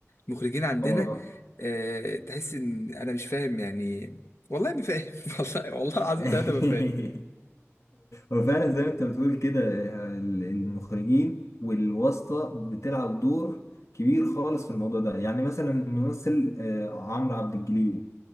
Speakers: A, on the left (about 65°); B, on the left (about 80°).
A: المخرجين عندنا
B: هو
A: أه تحس ان انا مش فاهم يعني والله ما فاهم <laughs> والله والله العظيم
B: <laughs>
A: ثلاثه ما فاهم
B: هو فعلا زي ما انت بتقول كده ال- المخرجين والواسطة بتلعب دور كبير خالص في الموضوع ده يعني مثلا الممثل آه، عمرو عبد الجليل